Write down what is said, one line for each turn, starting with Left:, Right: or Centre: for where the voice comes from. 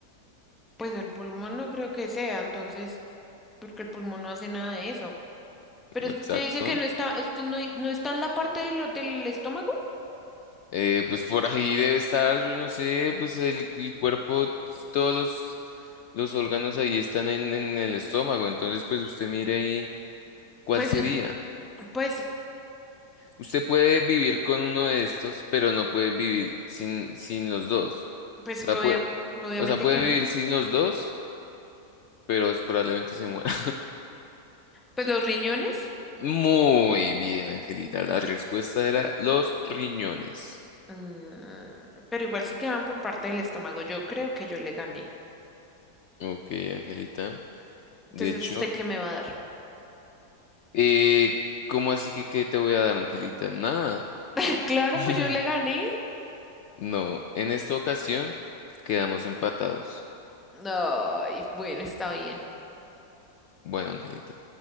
Centre: pues el pulmón no creo que sea, entonces, porque el pulmón no hace nada de eso. Pero es
Left: Exacto.
Centre: que usted dice que no está, usted no, no está en la parte de lo- del estómago.
Left: Eh, pues por ahí debe estar, yo no sé, pues el, el cuerpo, todos los, los órganos ahí están en, en el estómago. Entonces, pues usted mire ahí cuál
Centre: Pues,
Left: sería.
Centre: l- pues,
Left: Usted puede vivir con uno de estos, pero no puede vivir sin, sin los dos.
Centre: pues
Left: O
Centre: que
Left: sea,
Centre: obvia-
Left: puede,
Centre: obviamente
Left: o sea, puede
Centre: que
Left: vivir
Centre: no.
Left: sin los dos, pero probablemente se muera.
Centre: Pues los riñones,
Left: Muy bien, Angelita. La respuesta era los riñones.
Centre: mm, pero igual sí que van por parte del estómago. Yo creo que yo le gané.
Left: Ok, Angelita.
Centre: Entonces,
Left: De hecho,
Centre: ¿usted qué me va a dar?
Left: eh, ¿cómo así que qué te voy a dar, Angelita? Nada.
Centre: <laughs> Claro,
Left: <laughs>
Centre: pues yo le gané.
Left: No, en esta ocasión quedamos empatados.
Centre: Ay, bueno, está bien.
Left: Bueno, Angelita.